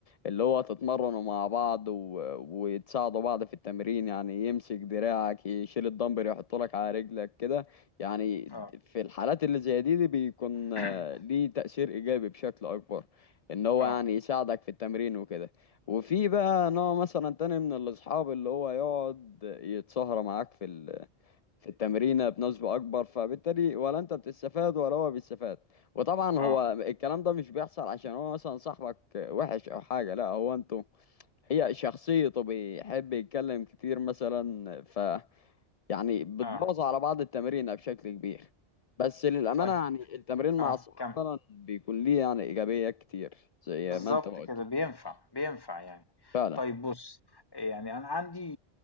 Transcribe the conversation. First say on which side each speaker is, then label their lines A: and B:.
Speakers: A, on the left; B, on the left.
A: اللي هو تتمرنوا مع بعض و... وتساعدوا بعض في التمرين يعني يمسك دراعك يشيل الدمبل يحط لك على رجلك كده يعني
B: آه
A: في الحالات اللي زي دي, دي بيكون آه،
B: <clears throat>
A: ليه تأثير ايجابي بشكل اكبر ان هو
B: آه
A: يعني يساعدك في التمرين وكده وفي بقى نوع مثلا تاني من الأصحاب اللي هو يقعد يتسهر معاك في ال... في التمرينة بنسبة أكبر فبالتالي ولا أنت بتستفاد ولا هو بيستفاد وطبعا هو
B: آه
A: الكلام ده مش بيحصل عشان هو مثلا صاحبك وحش أو حاجة لا هو أنتوا هي شخصيته بيحب يتكلم كتير مثلا ف يعني بتبوظ
B: آه
A: على بعض التمرينة بشكل كبير بس للأمانة
B: طيب
A: يعني التمرين
B: آه
A: مع الصحاب
B: كم
A: فعلا بيكون ليه يعني إيجابيات كتير زي
B: بالظبط
A: ما أنت ما قلت
B: كده بينفع
A: آه،
B: بينفع يعني
A: فعلا
B: طيب بص يعني أنا عندي